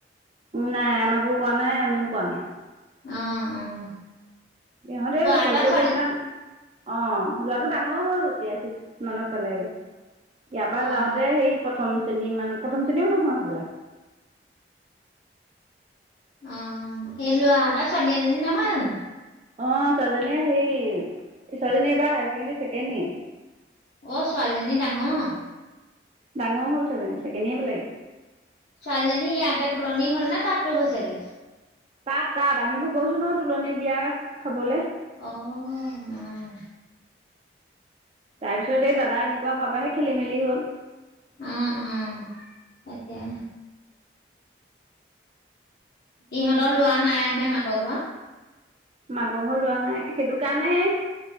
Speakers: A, on the right; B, on the left.
A: নাই আমাকো কৰা নাই, আমিও কৰা নাই।
B: অ', অ।
A: ইহঁতেই ল'ৰা ছোৱালীবোৰে
B: এটা ছোৱালী
A: গৈ পেলাই, অ', ল'ৰাটো ডাঙৰ। হ'ল এতিয়া ছিক্স মানত পালেগে, ইয়াৰ পৰা
B: অ',
A: যাওঁতে হেৰি প্ৰথম প্ৰথম শ্ৰেণীওঁ নহয় হ'বলা।
B: অ', অ, এই ল'ৰা এটা ছোৱালী এজনী নহয় জানো।
A: অ', ছোৱালীজনীয়ে হেৰি, ছোৱালীজনী এইবাৰ হায়াৰ ছেকেণ্ডৰী ছেকেণ্ড ইয়েৰ।
B: অ', ছোৱালীজনী ডাঙৰ।
A: ডাঙৰ হ'ল ছোৱালী, চেকেণ্ড ইয়েৰ পালেগে।
B: ছোৱালীজনী ইয়াতেই তোলনি হ'ল নে তাততো হৈছেগে?
A: তাত তাত, আমিবোৰ গৈছো নহয়, তোলনী বিয়া খাবলৈ।
B: অ', উম।
A: তাৰপিছত এই দাদা এনেকুৱা হোৱাৰ পৰাহে খেলি মেলি হ'ল।
B: উম উম, তাকেহে। ইহঁতৰ ল'ৰা নাই হয়নে মাকৰ ঘৰত।
A: মাকৰ ঘৰৰ ল'ৰা নাই, সেইটো কাৰণেহে।